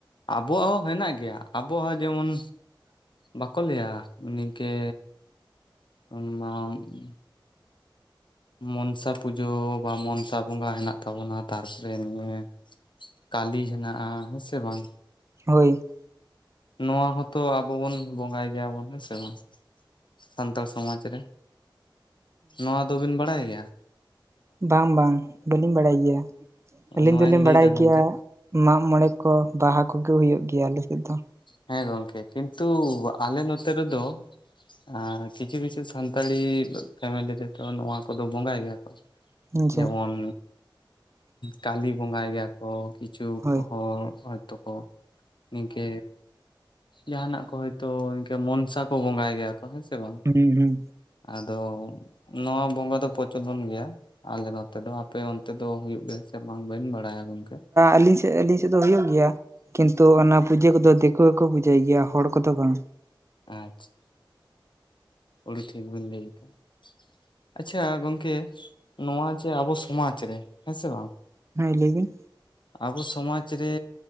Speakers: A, on the left; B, on the right.
A: ᱟᱵᱚᱣᱟᱜ ᱦᱚᱸ ᱦᱮᱱᱟᱜ ᱜᱮᱭᱟ ᱟᱵᱚᱣᱟᱜ ᱦᱚᱸ ᱡᱮᱢᱚᱱᱼᱼ ᱵᱟᱠᱚ ᱞᱟᱹᱭᱟ ᱱᱤᱝᱠᱟᱹ <unintelligible> ᱢᱚᱱᱥᱟ ᱯᱩᱡᱟᱹ ᱵᱟ ᱢᱚᱱᱥᱟ ᱵᱚᱸᱜᱟ ᱦᱮᱱᱟᱜ ᱛᱟᱵᱚᱱᱟ ᱛᱟᱨᱯᱚᱨᱮ ᱱᱤᱭᱟᱹᱼᱼ ᱠᱟᱞᱤ ᱦᱮᱱᱟᱜᱼᱟ ᱦᱮᱸ ᱥᱮ ᱵᱟᱝᱼᱼ
B: ᱦᱳᱭ
A: ᱱᱚᱣᱟ ᱦᱚᱸ ᱛᱚ ᱟᱵᱚ ᱵᱚᱱ ᱵᱚᱸᱜᱟᱭ ᱜᱮᱭᱟ ᱵᱚᱱ ᱦᱮᱸ ᱥᱮ ᱵᱟᱝ ᱥᱟᱱᱛᱟᱲ ᱥᱚᱢᱟᱡᱽ ᱨᱮ ᱱᱚᱣᱟ ᱫᱚ ᱵᱤᱱ ᱵᱟᱲᱟᱭ ᱜᱮᱭᱟ
B: ᱵᱟᱝ ᱵᱟᱝ ᱵᱟᱹᱞᱤᱧ ᱵᱟᱲᱟᱭ ᱜᱮᱭᱟ ᱟᱹᱞᱤᱧ
A: ᱱᱚᱣᱟᱧ
B: ᱫᱚᱞᱤᱧ
A: ᱞᱟᱹᱭᱫᱟ
B: ᱵᱟᱲᱟᱭ
A: ᱜᱚᱝᱠᱮ
B: ᱜᱮᱭᱟ ᱢᱟᱜᱢᱚᱬᱮ ᱠᱚ ᱵᱟᱦᱟ ᱠᱚ ᱜᱮ ᱦᱩᱭᱩᱜ ᱜᱮᱭᱟ ᱟᱞᱮ ᱥᱮᱫ ᱫᱚᱼᱼ
A: ᱦᱮᱸ ᱜᱚᱝᱠᱮ ᱠᱤᱱᱛᱩ ᱟᱞᱮ ᱱᱚᱛᱮ ᱨᱮ ᱫᱚᱼᱼ ᱟᱸ ᱠᱤᱪᱷᱩ ᱠᱤᱪᱷᱩ ᱥᱟᱱᱛᱟᱞᱤ ᱯᱷᱮᱢᱮᱞᱤ ᱨᱮ ᱫᱚ ᱱᱚᱣᱟ ᱠᱚ ᱫᱚ ᱵᱚᱸᱜᱟᱭ ᱜᱮᱭᱟ ᱠᱚ
B: ᱦᱮᱸᱥᱮ
A: ᱡᱮᱢᱚᱱ ᱠᱟᱞᱤ ᱵᱚᱸᱜᱟᱭ ᱜᱮᱭᱟ ᱠᱚ ᱠᱤᱼᱼ <unintelligible>
B: ᱦᱳᱭ
A: ᱦᱚᱲ ᱦᱚᱭᱛᱚ ᱠᱚ ᱱᱤᱝᱠᱟᱹ ᱡᱟᱦᱟᱱᱟᱜ ᱠᱚ ᱦᱳᱭᱛᱳ ᱤᱱᱠᱟᱹ ᱢᱚᱱᱥᱟ ᱠᱚ ᱵᱚᱸᱜᱟᱭ ᱜᱮᱭᱟ ᱠᱚ᱾ ᱦᱮᱸ ᱥᱮ ᱵᱟᱝ
B: ᱦᱩᱸ ᱦᱩᱸ
A: ᱟᱫᱚ ᱱᱚᱣᱟ ᱵᱚᱸᱜᱟ ᱫᱚ ᱯᱨᱚᱪᱚᱞᱚᱱ ᱜᱮᱭᱟ ᱟᱞᱮ ᱱᱚᱛᱮ ᱫᱚ ᱟᱯᱮ ᱚᱱᱛᱮ ᱫᱚ ᱦᱩᱭᱩᱜ ᱜᱮᱭᱟ ᱥᱮ ᱵᱟᱝ ᱵᱟᱹᱧ ᱵᱟᱲᱟᱭᱟ ᱜᱚᱝᱠᱮᱼᱼ
B: ᱟᱹᱞᱤᱧ ᱥᱮᱫ ᱟᱹᱞᱤᱧ ᱥᱮᱫ ᱫᱚ ᱦᱳᱭᱳᱜ ᱜᱮᱭᱟ ᱠᱤᱱᱛᱩ ᱚᱱᱟ ᱯᱩᱡᱟᱹ ᱠᱚᱫᱚ ᱫᱤᱠᱩ ᱜᱮᱠᱚ ᱯᱩᱡᱟᱹᱭ ᱜᱮᱭᱟ ᱦᱚᱲ ᱠᱚᱫᱚ ᱵᱟᱝ᱾
A: ᱟᱪᱪᱷᱟ, ᱚᱰᱤ ᱴᱷᱤᱠ ᱵᱤᱱ ᱞᱟᱹᱭ ᱠᱟᱜᱼᱟ᱾ ᱟᱪᱪᱷᱟ ᱜᱚᱝᱠᱮ ᱱᱚᱣᱟ ᱡᱮ ᱟᱵᱚ ᱥᱚᱢᱟᱡᱽ ᱨᱮ ᱦᱮᱸ ᱥᱮ ᱵᱟᱝ᱾
B: ᱦᱮᱸ ᱞᱟᱹᱭ ᱵᱤᱱ
A: ᱟᱵᱚ ᱥᱚᱢᱟᱡᱽ ᱨᱮ